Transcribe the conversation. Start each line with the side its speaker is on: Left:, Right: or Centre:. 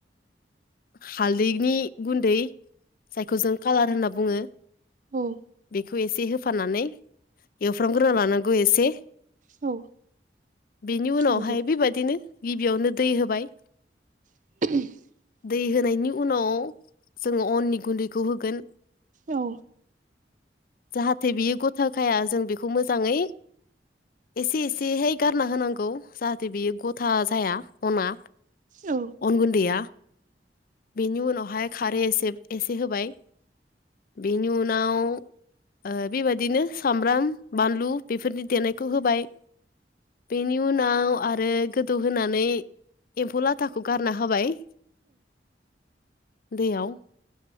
Left: हालदैनि गुन्दै जायखौ जों कालार होनना बुङो।
Right: उम
Left: बेखौ एसे होफानानै एवफ्रामग्रोना लानांगौ एसे
Right: औ
Left: बेनि उनावहाय
Right: नंगौ
Left: बेबादिनो गिबियावनो दै होबाय
Right: <inaudible>
Left: दै होनायनि उनाव जोङो अननि गुन्दैखौ होगोन
Right: औ
Left: जाहाथे बियो गथा खाया जों बेखौ मोजाङै एसे एसेहाय गारना होनांगौ जाहाथे बियो गथा जाया अना
Right: औ
Left: अनगुुनदैया बेनि उनावहाय खारै एसे एसे होबाय बेनि उनाव ओ बे बादिनो सामब्राम बानलु बेफोरनि देनायखौ होबाय बेनि उनाव आरो गोदौहानै एम्फौ लाथाखौ गारना होबाय दैयाव